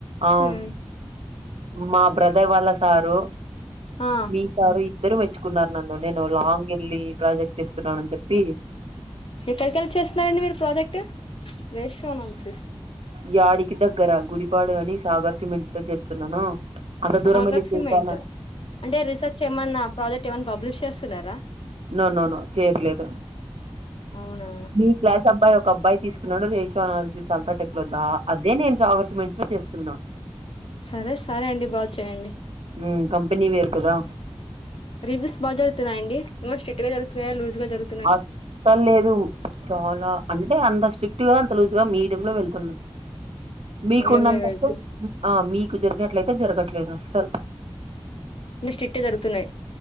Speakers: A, on the right; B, on the left.
A: ఆవ్
B: ఉమ్
A: మా బ్రదర్ వళ్ళ సారు
B: ఆ
A: మీ సారు ఇద్దరు మెచ్చుకున్నారు నన్ను నేను లాంగ్ ఎల్లి ప్రాజెక్ట్ చేస్తున్నానని చెప్పి
B: ఎక్కడికి ఎల్లి చేస్తున్నారండి మీరు ప్రాజెక్ట్ రేషో అనాలసిస్
A: యాడికి దగ్గర గుడిపాడు అని సాగర్ సిమెంట్స్ లో చేస్తున్నాను అంత
B: సాగర్
A: దూరం మెల్లి
B: సిమెంట్
A: చేసానా
B: అంటే రీసెర్చ్ ఏమన్నా ప్రాజెక్ట్ ఏమన్నా పబ్లిష్ చేస్తున్నారా
A: నొ నో నొ చెయట్లేదు
B: అవునా
A: మీ క్లాస్ అబ్బాయి ఒక అబ్బాయి తీసుకున్నాడు రేషో అనాలిసిస్ అల్టాటెక్ లో దా అదే నేను జావర్ సిమెంట్స్ లో చేస్తున్నా
B: సరే సరే అండి బాగు చేయండి
A: ఉమ్ కంపెనీ వేరుకదా
B: రివ్యూస్ బా జరుతున్నా అండి ఏమో స్రిక్ట్గా జరుగుతున్నాయా లూస్ గా జరు
A: అస్సల్ లేదు చాలా అంటే అంత స్ట్రిక్ట్ గా అంత లూజ్గా మీడియ లో వెళ్తున్నాయి మీకున్నంత
B: మీడియం లో వెళ్తాయి
A: ఆ మీకు జరిగినట్లయితే జరగట్లేదు అస్సలు
B: అంటే స్ట్రిక్ట్ గా జరుగుతున్నాయి